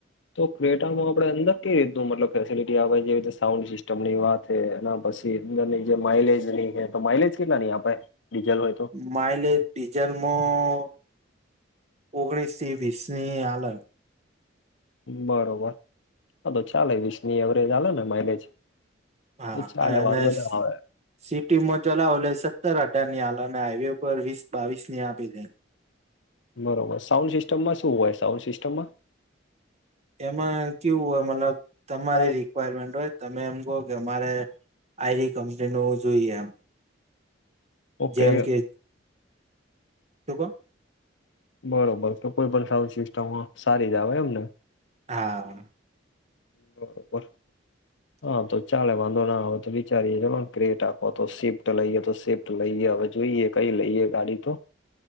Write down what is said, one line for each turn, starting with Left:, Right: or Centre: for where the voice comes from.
Left: તો ક્રેટામાં આપણે અંદર કઈ રીતનું મતલબ ફેસિલિટી આવે જેવી રીતે સાઉન્ડ સિસ્ટમની વાત તે એના પછી અંદરની જે માઇલેજ ની તો માઇલેજ કેટલા ન આપે ડીઝલની હોય? તો
Right: માઇલેજ ડીજલમાં ઓગણીસ થી વીસની આલન
Left: બરોબર હા તો ચાલે વીસની એવરેજ આલેને માઇલેજ
Right: હા
Left: એ ચાલે
Right: અને
Left: વાંધો ના આવે
Right: સિટીમાં ચલાવ એટલે સત્ત ર-અઢાર ની આ ના ને હાઈવે પર વીસ-બાવીસની આપી દે
Left: બરોબર, સાઉન્ડ સિસ્ટમમાં શું હોય? સાઉન્ડ સિસ્ટમમાં?
Right: એમાં કેવું
Left: સિસ્ટમમાં
Right: હોય મતલબ તમારી રિક્વાયરમેન્ટ હોય તમે એમ કહો કે અમારે આઈરી કંપનીનું જોઈએ એમ
Left: ઓકે
Right: જેમ કે, શું કો?
Left: બરોબર તો કોઈ પણ સાઉન્ડ સિસ્ટમ સારી જ આવે એમ ને.
Right: હા.
Left: બરોબર.
Right: <inaudible>
Left: અ તો ચાલે વાંધો ના આવે તો વિચારીએ અ ગ્રેટ આપો, તો સિપ્ટ લઈએ તો સિપ્ટ તો લઈએ હવે જોઈએ, કઈ લઈએ ગાડી તો.